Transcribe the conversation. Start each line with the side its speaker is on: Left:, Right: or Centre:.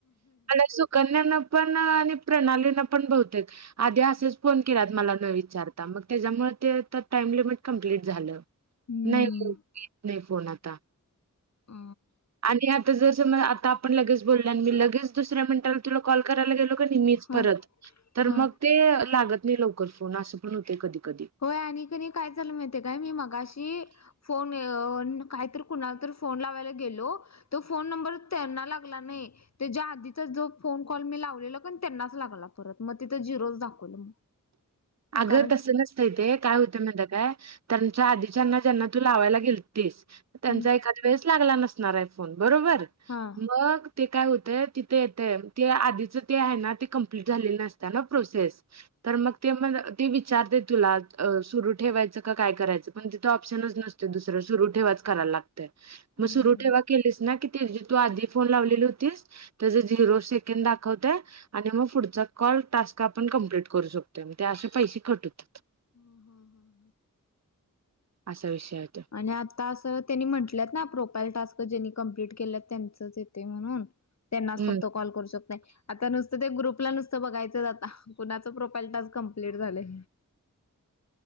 Right: असो कन्या न पण आणि <unintelligible> प्रणाली पण बहुतेक आधी असेच फोन केलात मला न विचारता मग त्याच्यामुळे ते टाईम लिमिट कम्प्लीट झालं नाही
Left: हम्म
Right: नाही फोन आता
Left: अ
Right: आणि आता जर <unintelligible> आता आपण लगेच बोलोय मगेच दुसऱ्या मिनटाला तुला कॉल करायला गेलो कधी मीच
Left: हा
Right: परत तर
Left: हा
Right: मग ते लागत नाही लवकर फोन अस पण होतय कधी. कधी.
Left: होय आणि कनी काय झाल माहित हाय काय मी मगशी फोन काय तर कुणाला तर फोन लावायला गेलो तर फोन नंबर त्यांना लागला नाही ते ज्या आधीचा जो फोन कॉल मी लावले त्यांनाच लागला परत मग तिथ झिरोच दाखवलं.
Right: अगं
Left: कारण
Right: तसं नस तय ते काय होतंय माहित हाय काय त्यांच्या आधीच्याना ज्यांना तू लावायला गेलतीस. त्यांचा
Left: हम्म
Right: एखाद्या वेळेस लागला नसणार आहे फोन बरोबर
Left: हा
Right: मग ते काय होतय तिथे येत ते आधीच ते आहे ना ते कंप्लीट झालेली नसत ना प्रोसेस तर मग ते मग ते विचारते तुला सुरू ठेवायचं का काय करायचं पण तिथं ऑप्शनच नसतय दुसरं. सुरू ठेवाच करायला लागतंय मग
Left: हम्म.
Right: सुर ठेवा केलीस ना की ते जे आधी फोन लावलेली होतीस त्या झिरो सेकंड दाखवतय आणि मग पुढचा कॉल टास्क आपण कंप्लीट करू शकतोय असे पैसे कट होत्यात.
Left: हा हा हा.
Right: असा विषय आहे तो.
Left: आणि आता असं त्यांनी म्हंटलंत ना प्रोपाईल टास्क ज्यांनी कम्पलेट केले त्यांचं येतय म्हणून, त्यांनाच
Right: हम्म
Left: फक्त कॉल करू शकताय, आता नुसत ते ग्रुपला नुसतं बघायचं आता कोणाचा प्रोफाईल टास्क कंप्लीट झालाय.